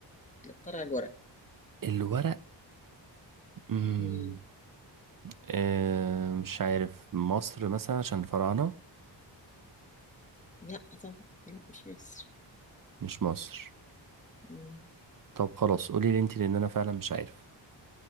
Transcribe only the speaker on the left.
اللي اخترع الورق
مم.
لا طبعا لا مش مصر
مم.